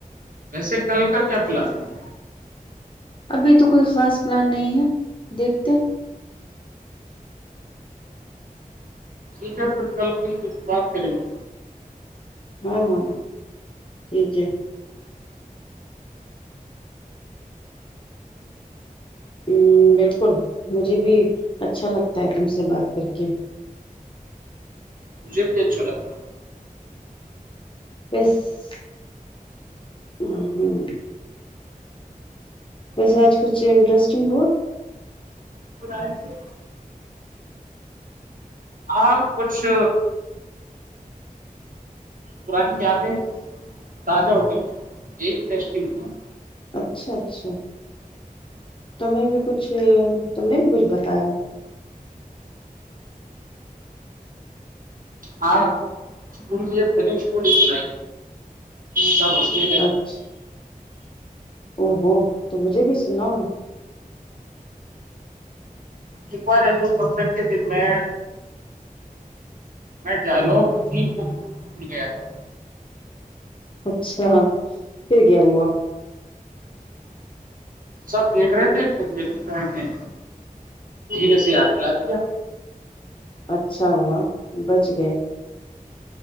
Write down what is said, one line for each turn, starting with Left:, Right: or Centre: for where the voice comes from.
Right: ویسے کل کا کیا پلان ہے
Left: ابھی تو کوئی خاص پلان نہیں ہے دیکھتے
Right: ٹھیک ہے پھر کل بھی بات کریں گے
Left: ہاں ہاں ٹھیک ہے ہمم بالکل مجھے بھی اچھا لگتا ہے تم سے بات کر کے
Right: مجھے بھی اچھا لگتا
Left: بس ھمم ھمم ویسے آج کچھ انٹرسٹنگ ہوا
Right: باج <unintelligible> اور کچھ پرانی یادیں تازہ ہو گئی یہی انٹرسٹنگ ہوا
Left: اچھا اچھا تمہیں بھی کچھ تم نے بھی کچھ بتایا
Right: ہاں اسکول کی ایک فنی اسٹوری سنائی سب ہستہ
Left: اچھا او ہو تو مجھے بھی سناو نا
Right: ایک بار اینول فنکشن کے دن میں میں ڈائیلاگ کی بک بھول گیا تھا
Left: اچھا پھر کیا ہوا
Right: سب دیکھ رہے تھے پھر میرے فرینڈ نے دھیرے سے یاد دلا دیا
Left: اچھا ہوا بچ گئے